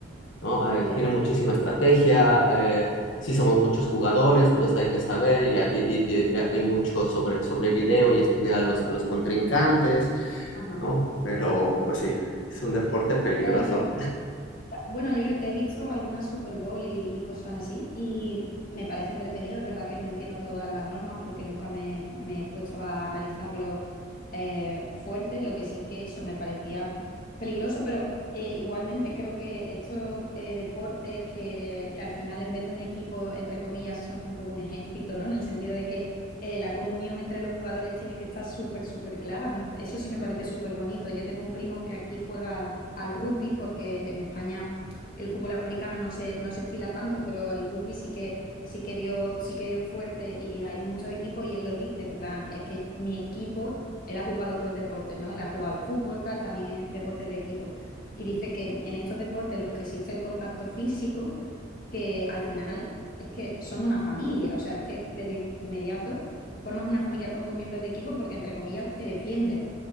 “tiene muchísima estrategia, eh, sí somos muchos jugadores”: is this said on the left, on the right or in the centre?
Left